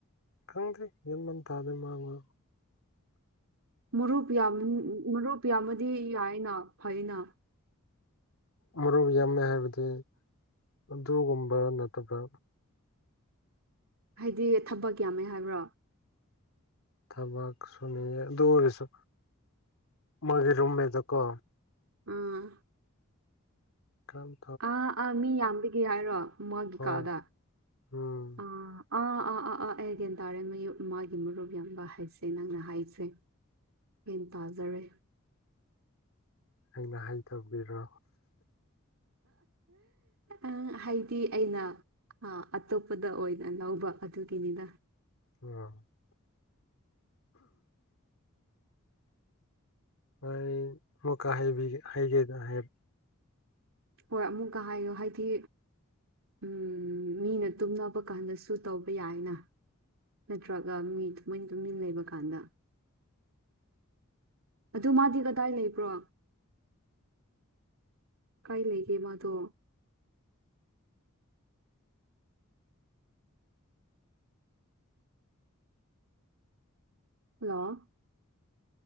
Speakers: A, on the left; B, on the right.
A: ꯈꯪꯗꯦ ꯌꯥꯟꯃꯟ ꯇꯥꯗꯦ ꯃꯥꯕꯨ
B: ꯃꯔꯨꯞ ꯌꯥꯝ ꯃꯔꯨꯞ ꯌꯥꯝꯃꯗꯤ ꯌꯥꯏꯅ ꯐꯩꯅ
A: ꯃꯔꯨꯞ ꯌꯥꯝꯃꯦ ꯍꯥꯏꯕꯗꯤ ꯑꯗꯨꯒꯨꯝꯕ ꯅꯠꯇꯕ
B: ꯍꯥꯏꯗꯤ ꯊꯕꯛ ꯌꯥꯝꯃꯦ ꯍꯥꯏꯕ꯭ꯔꯣ
A: ꯊꯕꯛ ꯁꯨꯅꯤ ꯑꯗꯨ ꯑꯣꯏꯔꯁꯨ ꯃꯥꯒꯤ ꯔꯨꯝꯃꯦꯗꯀꯣ
B: ꯑꯥ
A: ꯈꯟ
B: ꯑꯥ ꯑꯥ ꯃꯤ ꯌꯥꯝꯕꯤꯒꯤ ꯍꯥꯏꯔꯣ ꯃꯥꯒꯤ
A: ꯍꯣꯏ
B: ꯀꯥꯗ
A: ꯎꯝ
B: ꯑꯥ ꯑꯥ ꯑꯥ ꯑꯥ ꯑꯥ ꯑꯩ ꯒ꯭ꯌꯥꯟ ꯇꯥꯔꯦ ꯃꯌꯨ ꯃꯥꯒꯤ ꯃꯔꯨꯞ ꯌꯥꯝꯕ ꯍꯥꯏꯁꯦ ꯅꯪꯅ ꯍꯥꯏꯁꯦ ꯒꯦꯟ ꯇꯥꯖꯔꯦ
A: ꯑꯩꯅ ꯍꯩꯇꯕꯒꯤꯔꯣ
B: ꯑ ꯍꯥꯏꯗꯤ ꯑꯩꯅ ꯑ ꯑꯇꯣꯞꯄꯗ ꯑꯣꯏꯅ ꯂꯧꯕ ꯑꯗꯨꯒꯤꯅꯤꯗ
A: <unintelligible> ꯑꯩ ꯑꯃꯨꯛꯀ ꯍꯩꯕꯤꯒꯦ ꯍꯩꯒꯦꯗ ꯍꯥꯏ
B: ꯍꯣꯏ ꯑꯃꯨꯛꯀ ꯍꯥꯏꯌꯣ ꯍꯥꯏꯗꯤ ꯎꯝ ꯃꯤꯅ ꯇꯨꯝꯅꯕ ꯀꯥꯟꯗꯁꯨ ꯇꯧꯕ ꯌꯥꯏꯅ ꯅꯠꯇ꯭ꯔꯒ ꯃꯤ ꯇꯨꯃꯤꯟ ꯇꯨꯝꯃꯤꯟ ꯂꯩꯕ ꯀꯥꯟꯗ ꯑꯗꯨ ꯃꯥꯗꯤ ꯀꯗꯥꯏ ꯂꯩꯕ꯭ꯔꯣ ꯀꯥꯏ ꯂꯩꯒꯦ ꯃꯥꯗꯣ ꯍꯜꯂꯣ